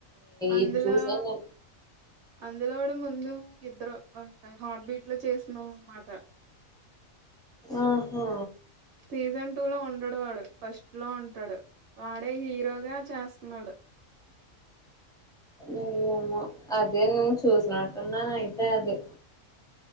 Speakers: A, on the right; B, in the centre.
A: అందులో
B: ఇది చూసాను నేను
A: అందులో కూడా ముందు ఇద్దరు హార్ట్ బీట్ లో చేస్తున్నారు అన్నమాట
B: ఆహా
A: సీజన్ టూ లో ఉండడు వాడు ఫస్ట్ ఫస్టులో ఉంటాడు వాడే హీరోగా చేస్తున్నాడు
B: ఇంకేమో అదే నేను చూసినట్టున్నాను అయితే అది